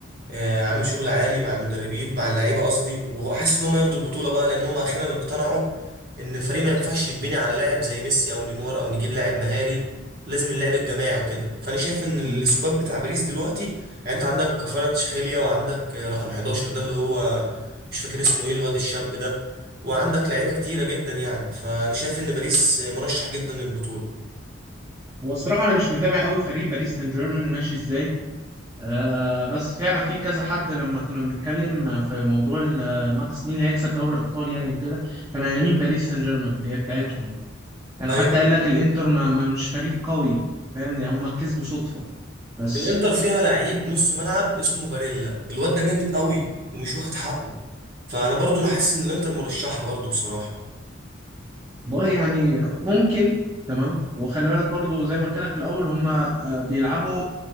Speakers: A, on the right; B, on the right.
A: آه، عامل شغل عالي مع المدربين مع اللعيبه قصدي وهو حاسس ان هم ياخدوا البطوله بقى لان هم اخيرا اقتنعوا ان الفريق ما ينفعش يتبني على لاعب زي ميسي او نيمار او نجيب لاعب مهاري لازم اللعب الجماعي وكده فانا شايف ان السكواد
B: بالظبط.
A: بتاع باريس دلوقتي يعني انت عندك كفارة تشخيليا وعندك آه، رقم 11 ده اللي هو مش فاكر اسمه ايه الواد الشاب ده وعندك لعيبه كتيره جدا يعني فانا شايف ان باريس آه، مرشح جدا للبطوله
B: هو الصراحة أنا مش متابع أوي فريق باريس سان جيرمان ماشي إزاي آه بس فعلا في كذا حد لما كنا بنتكلم في موضوع المكس... مين اللي هيكسب دوري الأبطال يعني وكده كانوا قايلين باريس سان جيرمان هي بتاعتهم كان
A: ايوه
B: حتى قال لك الانتر ما ما- مش فريق قوي فاهم يعني هم كسبوا صدفة بس
A: الانتر فيها لعيب نص ملعب اسمه باريلا الواد ده جامد قوي ومش واخد حقه فانا برضو انا حاسس ان الانتر مرشحه برضو بصراحه
B: باي يعني ممكن تمام وخلي بالك برضو زي ما قلت لك في الاول هم آه، بيلعبوا